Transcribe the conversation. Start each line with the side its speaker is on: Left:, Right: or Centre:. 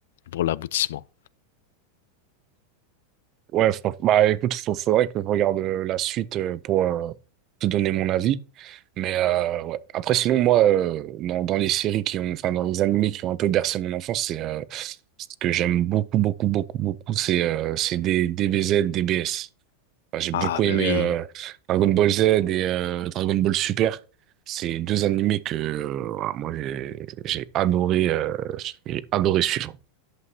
Left: pour l'aboutissement.
Right: Ouais, fran- bah écoute, faut, faudrait que je regarde euh, la suite euh, pour euh, te donner mon avis. Mais euh, ouais. Après, sinon, moi, euh, dans, dans les séries qui ont, enfin, dans les animés qui ont un peu bercé mon enfance, c'est euh, ce que j'aime beaucoup, beaucoup, beaucoup, beaucoup, c'est euh, c'est des DBZ, DBS. Enfin, j'ai beaucoup
Left: Ah
Right: aimé
Left: ben oui.
Right: euh, Dragon Ball Z et euh, Dragon Ball Super. C'est deux animés que euh, voilà, moi j'ai j'ai adoré euh, j'ai adoré suivre.